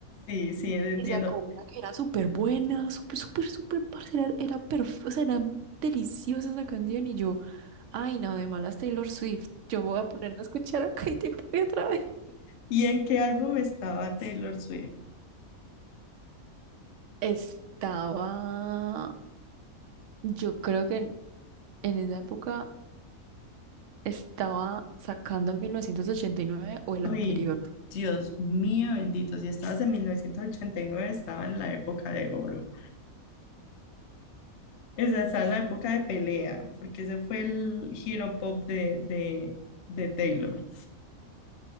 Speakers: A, on the left; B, on the right.
A: Sí, sí, entiendo.
B: Y sacó una que era súper buena, súper, súper, súper, parcera, era, perfecta, o sea, era deliciosa esa canción y yo, ay, no, de malas Taylor Swift, yo voy a ponerme a escuchar a Katy Perry otra vez.
A: ¿Y en qué álbum estaba Taylor Swift?
B: Estaba, yo creo que en, en esa época estaba sacando 1989 o el
A: Ay,
B: anterior.
A: Dios mío, bendito. Si estabas en 1989, estaba en la época de oro. O sea, estaba en la época de pelea, porque ese fue el giro pop de, de, de Taylor.